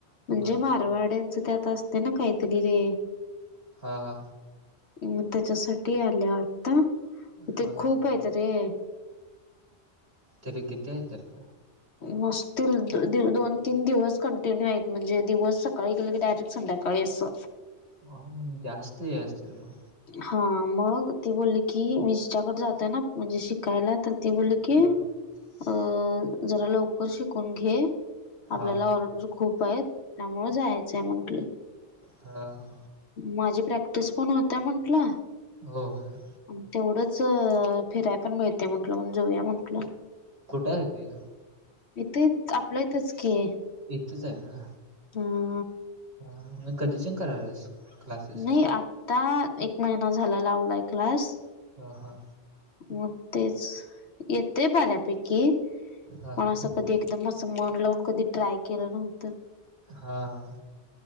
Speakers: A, on the left (about 70°); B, on the right (about 55°).
A: म्हणजे
B: हा
A: मा रवाड्यांचं, त्यात असते ना काहीतरी रे?
B: हा.. हा.
A: आणि मग त्याच्यासाठी आल्या त, ते
B: हा हा
A: खूप आहेत रे!
B: तरी किती आहे तरी काय
A: नसतील, द-दी-दोन-तीन दिवस कंटिन्यू आहेत. म्हणजे दिवस सकाळी गेले की, डायरेक्ट संध्याकाळी असं.
B: हम्म्, जास्त हे असतील मग?
A: हा, मग ती बोलली की, मी जिच्याकडं जातोय ना म्हणजे शिकायला? तर ती बोलले की,
B: हा
A: अं.. जरा लवकर शिकून घे.
B: हा
A: आपल्याला
B: हा
A: ऑर्डर खूप आहेत, त्यामुळं जायचंय म्हंटली.
B: हा हा
A: माझी प्रॅक्टिस पण होतीया म्हंटलं.
B: हो.. हो.
A: अन तेवढंच फिराय पण मिळते, म्हंटलं म्हणून जाऊया म्हंटलं.
B: कुठं आहे ते?
A: इथेच, आपलं इथंच की.
B: इथंच आहे ना?
A: हां.
B: हा, मग कधीच्यान करायल्यास? क्लासेस
A: नाही, आता एक महिना झाला लावलाय क्लास.
B: हं.. हा.
A: मग तेच, येतंय बऱ्यापैकी
B: हा
A: पण
B: हा
A: असं कधी एकदम असं मन लावून कधी ट्राय केलं नव्हतं.
B: हा हा